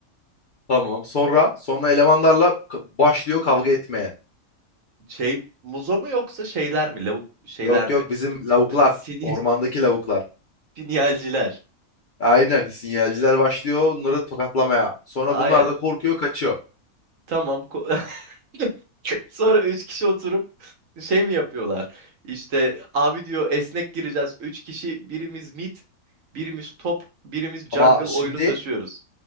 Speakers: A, on the left (about 50°); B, on the right (about 65°).
A: Tamam. Sonra sonra elemanlarla k- başlıyor kavga etmeye.
B: Şey Muzo mu yoksa şeyler mi? Lavuk şeyler
A: Yok
B: mi?
A: yok bizim lavuklar.
B: Ee, Sin
A: Ormandaki lavuklar.
B: <laughs> sinyalciler.
A: Aynen sinyalciler başlıyor onları tokatlamaya. Sonra
B: Aynen.
A: bunlar da korkuyor kaçıyor.
B: Tamam. ko- <laughs> Sonra üç kişi oturup şey mi yapıyorlar? İşte abi diyor esnek gireceğiz. Üç kişi birimiz mid, birimiz top, birimiz jungle
A: Ama
B: oyunu
A: şimdi
B: taşıyoruz.